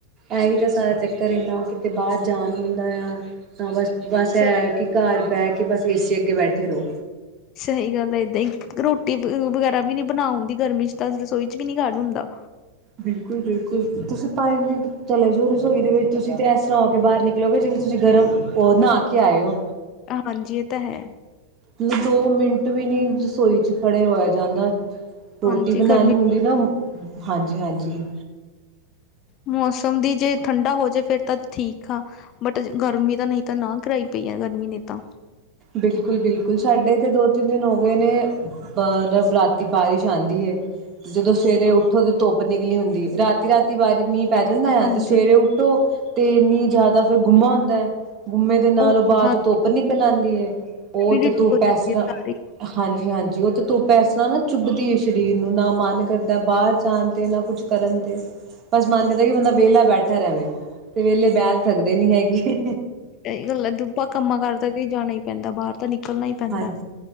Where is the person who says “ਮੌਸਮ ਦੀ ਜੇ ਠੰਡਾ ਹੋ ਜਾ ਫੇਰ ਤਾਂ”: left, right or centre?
Left